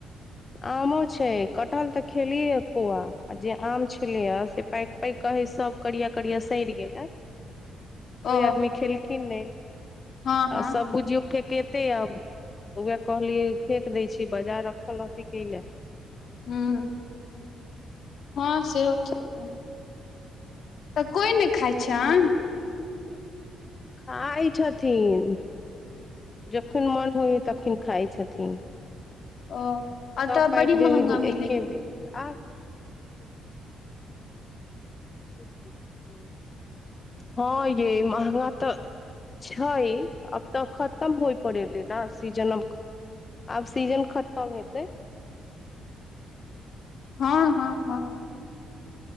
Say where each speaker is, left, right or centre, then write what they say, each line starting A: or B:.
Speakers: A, on the left (about 30°); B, on the left (about 60°).
A: आमो छै कटहल तऽ खेलियए कौआ आ जे आम छलेया से पैक पैक कहे सब करिया करिया सड़ि गेलै
B: ओ
A: कोइ आदमी खेलखिन नहि
B: हँ हँ
A: आ सब बुझियौ फेकेते आब उएह कहलियै फेेक दै छी बजार रखल रहती कयलै
B: हूंम्म हँ सेहो ठीक छै तऽ कोइ ने खाइ छनि।
A: खाय छथिन जखन मन होइ हय तखिन खाय छथिन
B: ओ एतऽ
A: सब पाकि
B: बड़ी
A: जाइ
B: महंगा
A: हइ
B: मिले
A: एके बीर <unintelligible> आ <inaudible> हँ ये महंगा तऽ छै अब तऽ खत खतम होइ पड़ एलै ने सीजन आब सीजन खतम हेतै
B: हँ हँ हँ